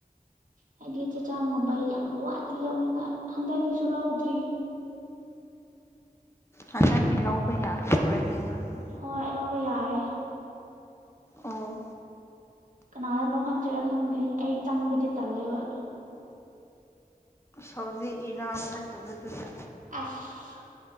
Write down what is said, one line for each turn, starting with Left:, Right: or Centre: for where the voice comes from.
Right: ꯍꯥꯏꯗꯤ ꯆꯦ ꯆꯥꯡꯒꯨꯝꯕ ꯌꯥꯝ ꯋꯥꯠꯂꯤ ꯌꯧꯅꯤꯡꯉꯥꯏ ꯍꯟꯗꯛꯀꯤꯁꯨ ꯂꯧꯗ꯭ꯔꯤ
Left: ꯍꯟꯗꯛꯀꯤ ꯂꯧꯕ ꯌꯥꯗ꯭ꯔꯨꯦꯅꯦ ꯅꯣꯏꯕꯨ
Right: ꯍꯣꯏ ꯂꯧꯕ ꯌꯥꯔꯦ
Left: ꯑꯧ
Right: ꯀꯅꯥꯗ ꯂꯧꯍꯟꯖꯤꯔ ꯈꯪꯗꯦ ꯑꯩ ꯆꯪꯕꯗꯤ ꯇꯜꯂꯦꯕ ꯑꯗꯨ
Left: ꯍꯧꯖꯤꯛ ꯏꯔꯥꯡ ꯐꯠꯇꯕꯗꯨꯗ
Right: ꯑꯥꯁ